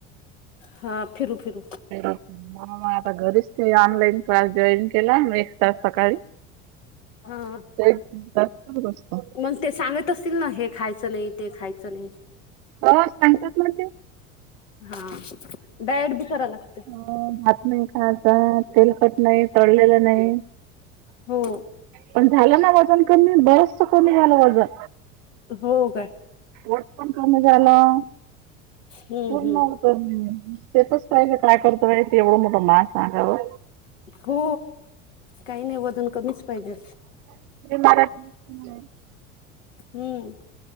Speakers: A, on the left; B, on the right.
A: हा फिरू फिरू
B: म आता घरीच ते ऑनलाईन क्लास जॉईन केला म एक तास सकाळी.
A: हा
B: सत <unintelligible>
A: मग ते सांगत असतील ना हे खायचं नाही ते खायचं नाही.
B: हो सांगतात ना ते.
A: हा डायट बी करायला लागते.
B: ह भात नाही खात तेलकट नाही तळलेलं नाही.
A: हो
B: पण झालं ना वजन कमी बरचस कमी झालं वजन.
A: हो काय
B: पोट पण कमी झालं.
A: हम्म
B: पूर्ण
A: हम्म
B: होत तेच पाहिेल काय करतो एवढं मोठं मा सांगावर.
A: हो काही नाही वजन कमीच पाहिजे.
B: मराठी. हम्म.
A: हम्म